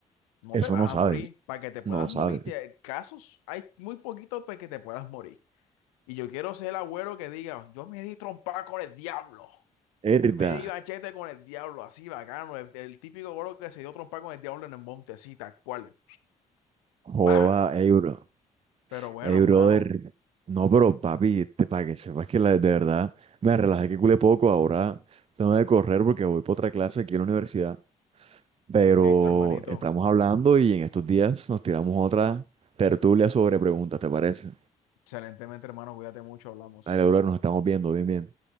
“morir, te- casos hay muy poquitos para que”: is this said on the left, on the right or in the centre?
Left